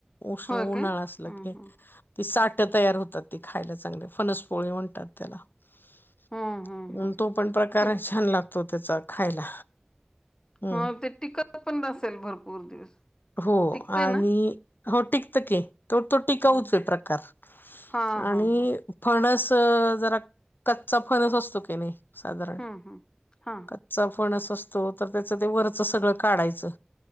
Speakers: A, on the left (about 55°); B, on the left (about 20°).
A: उष्
B: होय
A: उन्हाळा
B: काय?
A: असल
B: हं,
A: की
B: हं,
A: त साठ तयार होतात ती खायला चांगली फनस पोळी म्हणतात त्याला अ
B: हं, हं, हं.
A: तो पण प्रकार
B: ते
A: छान लागतो त्याचा खायला हं.
B: हा ते टिकत पण नसेल भरपूर दिवस
A: हो
B: टिकतंय
A: आणि
B: ना?
A: हो टिकत की तर तो टिकाऊच
B: हं.
A: आहे प्रकार
B: हां,
A: आणि
B: हां, हां.
A: फणस क जरा कच्चा फणच असतो की नाही साधारण
B: हं, हं. हां,
A: कच्चा फ पणस असतो तर त्याच ते वरच सगळं काढायचं